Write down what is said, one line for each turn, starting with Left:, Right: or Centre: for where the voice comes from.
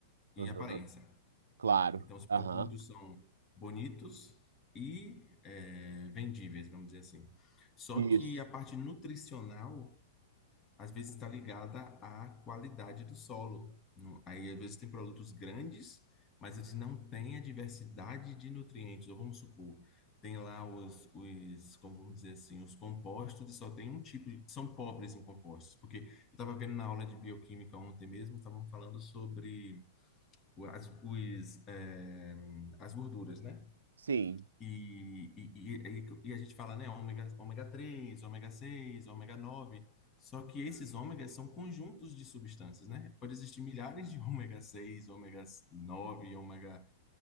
Left: e
Right: aham,
Left: aparência.
Right: claro.
Left: Então os produtos
Right: Aham.
Left: são bonitos e eh, vendíveis, vamos dizer assim. Só
Right: Isso.
Left: que a parte nutricional às vezes está ligada à qualidade do solo. No- Aí, às vezes, tem produtos grandes, mas eles não têm a diversidade de nutrientes. Ou vamos supor, tem lá os, os, como vamos dizer assim, os compostos e só tem um tipo de, são pobres em compostos. Porque eu estava vendo na aula de bioquímica ontem mesmo, estavam falando sobre o- as, os, eh, as gorduras, né?
Right: Sim.
Left: E, e, e, e a gente fala, né, ômega, ômega três ômega seis ômega nove só que esses ômegas são conjuntos de substâncias, né? Pode existir milhares de <laughs> ômega seis ômega nove ômega